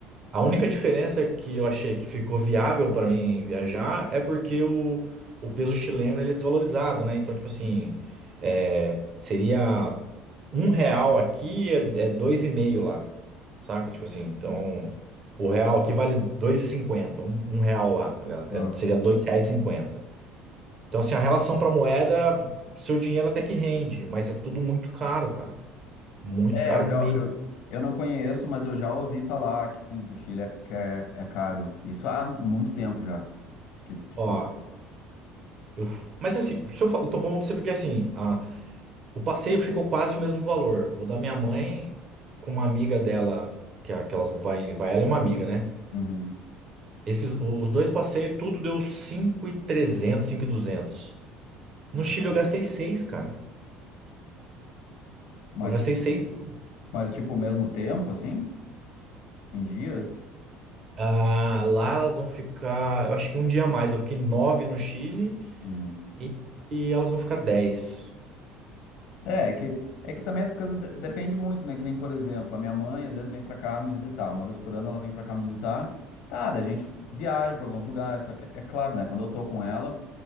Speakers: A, on the right; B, on the left.
A: a única diferença que eu achei que ficou viável pra mim viajar é porque o, o peso chileno ele é desvalorizado, né? Então, tipo assim, é, seria um real aqui é, é dois e meio lá, saca? Tipo assim, então o
B: sim.
A: real aqui vale dois e cinquenta, um, um real lá, tá ligado?
B: Ah.
A: É, seria dois reais e cinquenta. Então, assim, a relação pra moeda, seu dinheiro até que rende, mas é tudo muito caro, cara. Muito
B: É,
A: caro
B: eu já.
A: mesmo.
B: Eu, eu não conheço, mas eu já ouvi falar que sim, que o Chile é, que é, é caro. Isso há muito tempo já. Que, tipo.
A: Ó, eu... f- Mas assim, se eu, fa- eu tô falando pra você porque assim, a... o passeio ficou quase o mesmo valor. O da minha mãe com uma amiga dela, que, é- que elas vai, vai ela e uma amiga, né?
B: Uhum.
A: Esses, o- os dois passeios, tudo deu cinco cinco e trezentos cinco mil e duzentos No
B: Sei
A: Chile
B: lá.
A: eu gastei seis cara.
B: Mas.
A: Eu gastei seis mil.
B: Mas, tipo, o mesmo tempo, assim? Em dias?
A: Ah, lá elas vão ficar, eu acho que um dia a mais. Eu fiquei 9 no Chile
B: Hum.
A: e, e elas vão ficar dez
B: É, é que, é que também essas coisas de depende muito, né? Que nem, por exemplo, a minha mãe às vezes vem pra cá me visitar. Uma vez por ano ela vem pra cá me visitar. Tá, daí a gente viaja pra alguns lugares. Só que, é claro, né? Quando eu tô com ela,